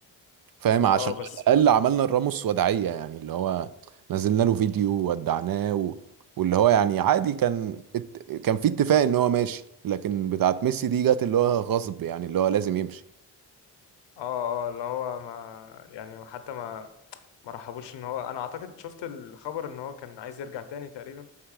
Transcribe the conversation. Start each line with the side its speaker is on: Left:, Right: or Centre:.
Right: فاهم عشان
Left: اه بس
Right: على الاقل عملنا الراموس وداعيه يعني اللي هو نزلنا له فيديو وودعناه و... واللي هو يعني عادي كان ات... كان في اتفاق ان هو ماشي لكن بتاعت ميسي دي جت اللي هو غصب يعني اللي هو لازم يمشي
Left: اه اه اللي هو ما يعني حتى ما ما رحبوش ان هو انا اعتقد شفت الخبر ان هو كان عايز يرجع تاني تقريبا